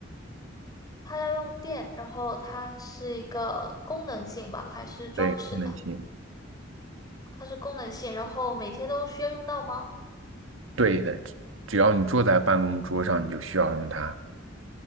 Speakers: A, on the left; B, on the right.
A: 它要用电，然后它是一个功能性吧，还是装饰的？
B: 对，功能性，
A: 它是功能性，然后每天都需要用到吗？
B: 对的，只只要你坐在办公桌上，你就需要用它，